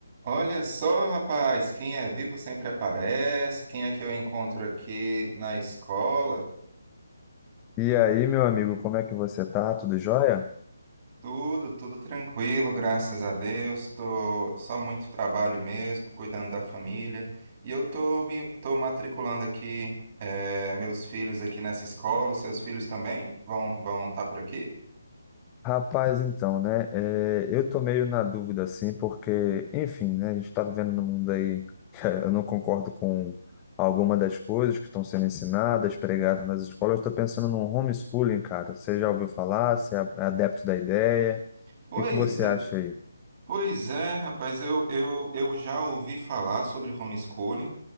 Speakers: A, on the right; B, on the left.
A: Olha só, rapaz, quem é vivo sempre aparece. Quem é que eu encontro aqui na escola?
B: E aí, meu amigo, como é que você tá? Tudo jóia?
A: Tudo, tudo tranquilo, graças a Deus. Tô só muito trabalho mesmo, cuidando da família. E eu tô me tô matriculando aqui eh, meus filhos aqui nessa escola. Os Seus filhos também vão vão estar por aqui?
B: Rapaz, então, né? é, eu tô meio na dúvida, assim, porque, enfim, né? A gente tá vivendo num mundo aí <laughs> que eu não concordo com alguma das coisas que estão sendo ensinadas, pregadas nas escolas. Eu tô pensando num homeschooling, cara. Você já ouviu falar? Você é adepto da ideia?
A: Pois
B: O que que você
A: é,
B: acha aí?
A: pois é, rapaz. Eu eu, eu já ouvi falar sobre homeschooling.